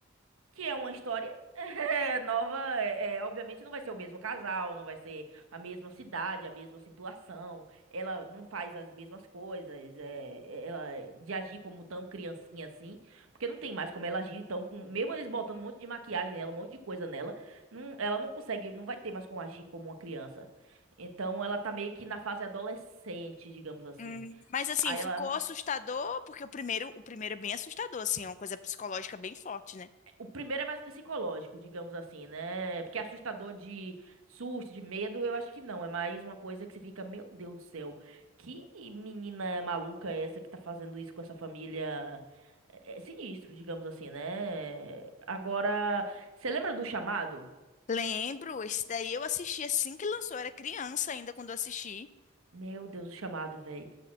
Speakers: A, on the right (about 80°); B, on the left (about 35°).
A: Que é uma história É, nova, é, é, obviamente não vai ser o mesmo casal, não vai ser a mesma cidade, a mesma situação. Ela não faz as mesmas coisas, é, ela de agir como tão criancinha assim, porque não tem mais como ela agir tão com, mesmo eles botando um monte de maquiagem nela, um monte de coisa nela, não- ela não consegue, não vai ter mais como agir como uma criança. Então ela tá meio que na fase adolescente, digamos assim.
B: Hum, mas assim,
A: Aí
B: ficou
A: ela
B: assustador, porque o primeiro, o primeiro é bem assustador, assim, é uma coisa psicológica bem forte, né?
A: O primeiro é mais psicológico, digamos assim, né? Porque assustador de susto, de medo, eu acho que não. É mais uma coisa que você fica, meu Deus do céu, que menina maluca é essa que tá fazendo isso com essa família? É é sinistro, digamos assim, né? Agora, você lembra do chamado?
B: Lembro, esse daí eu assisti assim que lançou, eu era criança ainda quando eu assisti.
A: Meu Deus, o chamado, velho.